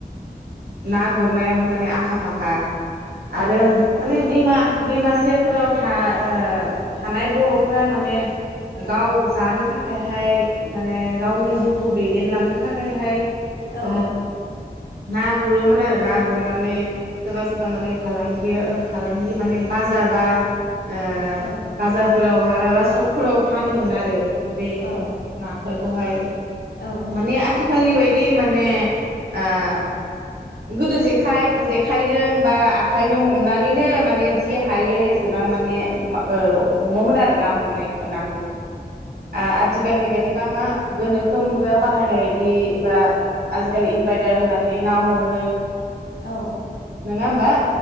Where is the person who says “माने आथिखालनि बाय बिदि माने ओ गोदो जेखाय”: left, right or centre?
Right